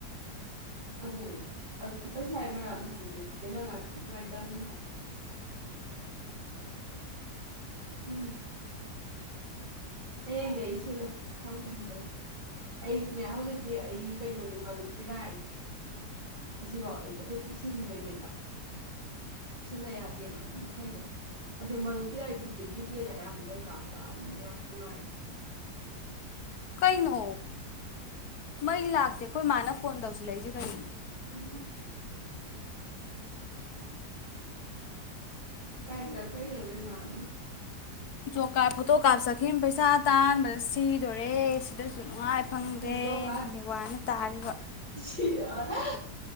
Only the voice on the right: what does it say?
ꯑꯗꯨꯅꯦ ꯑꯗꯨ ꯄꯩꯁꯥ ꯃꯔꯝꯁꯤꯗꯤꯅꯦ ꯆꯦꯅꯉꯥꯏ ꯅꯨꯡꯉꯥꯏꯇꯅꯦ ꯇꯝꯅꯦ ꯍꯥꯏꯕ <unintelligible> ꯍꯌꯦꯡꯗꯤ ꯑꯩ ꯁꯤꯜꯂꯨ ꯊꯕꯛ ꯁꯪꯗꯦ ꯑꯩꯁꯨꯅꯦ ꯍꯧꯖꯤꯛꯀꯤ ꯑꯩ ꯀꯩꯅꯣꯒꯤ ꯃꯔꯨꯞ ꯏꯔꯥꯏ ꯑꯁꯤꯕꯥꯎ ꯑꯩ ꯑꯗꯨꯝ ꯏꯁꯤꯟꯗꯣꯏꯅꯦꯕ ꯁꯤꯟꯅ ꯌꯥꯗꯦꯕ ꯃꯈꯩꯗꯣ ꯑꯗ ꯃꯔꯨꯞ ꯀꯤ ꯔꯥꯏ ꯄꯨꯖꯤ ꯄꯦ ꯑꯌꯥꯝꯕ ꯂꯣꯏ ꯀꯥꯄꯑꯝꯅꯤꯅ ꯌꯥꯝ ꯅꯨꯉꯥꯏꯔꯦ
ꯎꯝ ꯀꯥꯏꯗ ꯀꯩꯅꯣ ꯅꯣꯏ ꯃꯥ ꯎꯝ
ꯖꯣꯕ
<unintelligible> ꯆꯨꯗꯅ